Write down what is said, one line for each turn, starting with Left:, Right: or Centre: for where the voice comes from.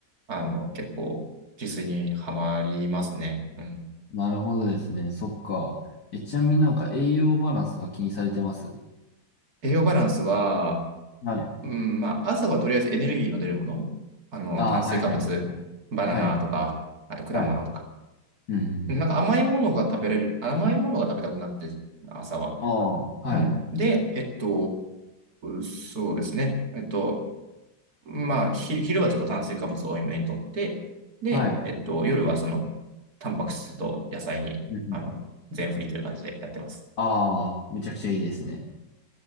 Right: あの、結構自炊にはまりますね。うん。
Left: なるほどですね。そっか。え、ちなみになんか栄養バランスとか気にされてます
Right: 栄養バランスは、
Left: はい。
Right: うん、まあ、朝はとりあえずエネルギーの出るもの。あの、
Left: ああ、
Right: 炭水化物、
Left: はいはいはいはい。
Right: バナナとか、
Left: はい。
Right: あと果物とか。
Left: はいうんうん。
Right: なんか甘いものが食べれる、甘いものが食べたくなって、朝は。
Left: ああ、はい。
Right: うん。で、えっと、そうですね。えっと、まあ、ひ昼はちょっと炭水化物を多めにとって、で、
Left: はい。
Right: えっと、夜はその、タンパク質と野菜に、
Left: うんうん。
Right: あの、全振りという感じでやってます。
Left: ああ、めちゃくちゃいいですね。